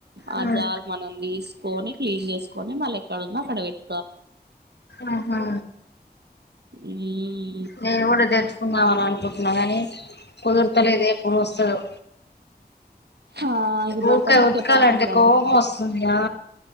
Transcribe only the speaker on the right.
ఆ
జాల్ మనం దీస్కొని క్లీన్ చేస్కొని మళ్ళ ఎక్కడ ఉన్న అక్కడ పెట్
ఉమ్మ్
ఆ ఇగ బట్టలు
ఉతికే
పని ఉండదు